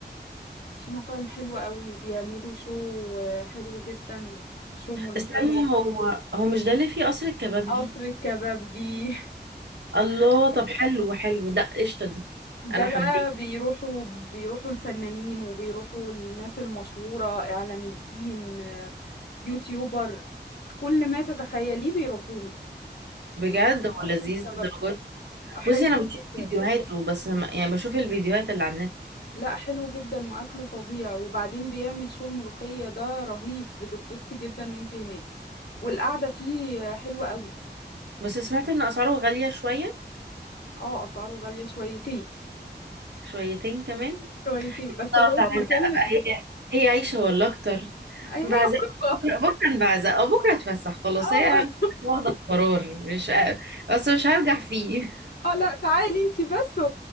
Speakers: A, on the left; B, on the right.
A: في مطاعم حلوة قوي وبيعملوا شو آه، حلو جدا شو ملوخية
B: استني هو هو مش ده اللي فيه قصر الكبابجي
A: قصر الكبابجي
B: الله طب حلو حلو لا قشطة دي
A: ده
B: انا
A: بقى
B: حبيت
A: بيروحوا بيروحوا الفنانين وبيروحوا الناس المشهورة إعلاميين آه، يوتيوبر كل ما تتخيليه بيروحوه
B: بجد
A: بيروحوا
B: هو
A: قصر
B: لذيذ
A: الكبابجي
B: للدرجة دي.
A: حلو
B: بصي انا بشوف
A: جدا
B: فيديوهاته بس ما- يعني بشوف الفيديوهات اللي على النت
A: لا حلو جدا وأكله فظيع وبعدين بيعمل شو الملوخية ده رهيب بتتبسطي جدا وانتي هناك والقعدة فيه حلوة قوي
B: بس سمعت ان اسعاره غالية شوية
A: اه أسعاره غالية شويتين
B: شويتين كمان
A: شويتين بس
B: طب
A: هو
B: بعزقة
A: مكان لذيذ
B: بقى هي هي عايشة ولا اكتر
A: أي هي
B: بعزقة
A: خروجه
B: بكرة بكرة بعزقة بكرة اتفسح خلاص
A: اه
B: هي واخدة قرار مش بس مش هرجع فيه
A: اه لا تعالي انتي بس و...